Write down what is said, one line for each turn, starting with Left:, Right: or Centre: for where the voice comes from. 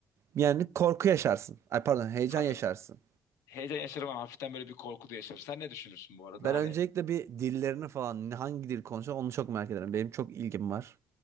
Right: Yani korku yaşarsın. Ay pardon, heyecan
Left: hafif
Right: yaşarsın.
Left: heyecan yaşarım ama hafiften böyle bir korku da yaşarım. Sen ne düşünürsün bu arada?
Right: Ben
Left: Hani
Right: öncelikle bir dillerini falan ne- hangi dil konuşuyor onu çok merak ederim. Benim çok ilgim var.